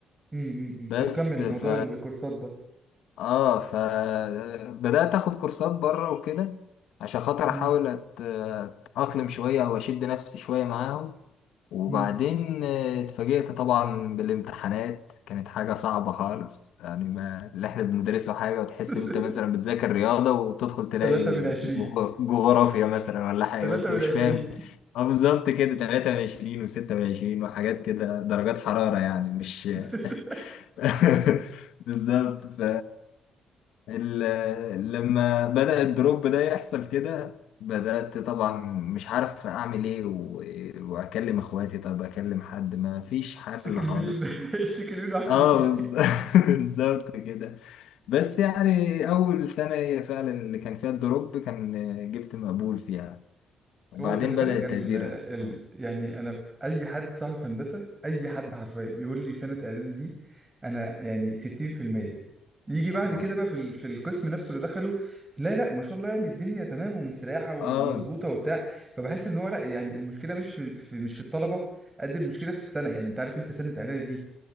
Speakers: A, on the right; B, on the left.
A: مم، مم، مم.
B: بس
A: طب كمل
B: ف
A: موضوع الكورسات ده
B: اه فبدأت اخد كورسات بره وكده عشان خاطر
A: مم،
B: احاول أت- اتأقلم شوية او اشد نفسي شوية معاهم وبعدين
A: مم.
B: آه، اتفاجئت طبعا بالامتحانات كانت حاجة صعبة خالص يعني ما اللي احنا بندرسه حاجة وتحس
A: <laughs>
B: ان انت مثلا بتذاكر رياضة وتدخل تلاقي
A: تلاتة من عشرين
B: جغ- جغرافيا مثلا ولا حاجة
A: تلاتة
B: انت
A: من
B: مش
A: عشرين
B: فاهم اه بالظبط كده 23 و26 وحاجات كده درجات حرارة يعني مش
A: <laughs>
B: <laughs> بالظبط ف ال- لما بدأ الدروب ده يحصل كده بدأت طبعا مش عارف أعمل إيه و... وأكلم إخواتي طب أكلم حد ما فيش حل
A: اشتكي لمين
B: خالص
A: <laughs> اشتكي لمين واحكي
B: آه
A: لمين
B: بز- <laughs> بالظبط كده بس يعني أول سنة هي فعلا اللي كان فيها الدروب كان آه، جبت مقبول فيها وبعدين
A: <laughs> هو خلي
B: بدأ
A: بالك
B: التقدير
A: ال... ال...
B: آه
A: يعني انا اي حد صاحبي في هندسه اي حد حرفيا يقول لي سنه اعدادي دي انا يعني 60% يجي بعد
B: آه
A: كده بقى في ال... في القسم نفسه اللي دخله لا لا ما شاء الله يعني الدنيا تمام ومستريحه ومظبوطه
B: آه.
A: وبتاع فبحس ان هو لا يعني المشكله مش في... في مش في الطلبه قد المشكله في السنه يعني انت عارف انت سنه اعدادي